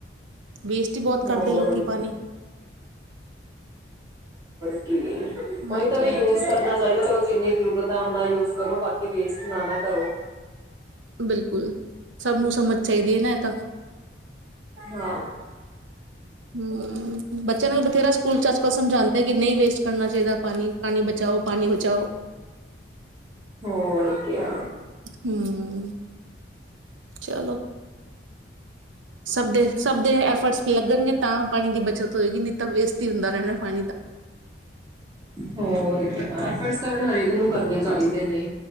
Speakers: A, on the right; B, on the right.
A: ਵੇਸਟ ਹੀ ਬਹੁਤ ਕਰਦੇ
B: ਹੋਰ
A: ਲੋਕੀ ਪਾਣੀ
B: ਕਿਆ ਤੇ
A: ਹਾਂਜੀ
B: ਉਹੀ ਤਾਂ ਵੀ
A: ਹਾਂਜੀ
B: ਯੂਜ ਕਰਨਾ ਚਾਹੀਦਾ ਚਲੋ ਜਿੰਨੀ ਜ਼ਰੂਰਤ ਹੈ ਉਓਨਾ ਯੂਜ ਕਰੋ ਬਾਕੀ ਵੇਸਟ ਨਾ ਨਾ ਕਰੋ
A: ਬਿਲਕੁਲ ਸਭ ਨੂੰ ਸਮਝ ਚਾਹੀਦੀ ਹੈ ਨਾ ਇਹ ਤਾਂ
B: ਹਾਂ
A: ਹਮ ਬੱਚਿਆਂ ਨੂੰ ਬਥੇਰਾ ਸਕੂਲ ਚ ਅੱਜ ਕੱਲ ਸਮਝਾਂਦੇ ਕਿ ਨਹੀਂ ਵੇਸਟ ਕਰਨਾ ਚਾਹੀਦਾ ਪਾਣੀ, ਪਾਣੀ ਬਚਾਓ, ਪਾਣੀ ਬਚਾਓ।
B: ਹੋਰ ਕਿਆ
A: ਹਮ ਚਲੋ ਸਭ ਦੇ ਸਭ ਦੇ ਐਫਰਟਸ ਲੱਗਣਗੇ ਤਾਂ ਪਾਣੀ ਦੀ ਬੱਚਤ ਹੋਏਗੀ, ਨਹੀਂ ਤਾਂ ਵੇਸਟ ਹੀ ਹੁੰਦਾ ਰਹਿਣਾ ਪਾਣੀ ਤਾਂ
B: ਹੋਰ ਕਿਆ, ਐਫਰਟਸ ਤਾਂ ਹੁਣ ਹਰ ਏਕ ਨੂੰ ਕਰਨੇ ਚਾਹੀਦੇ ਨੇ।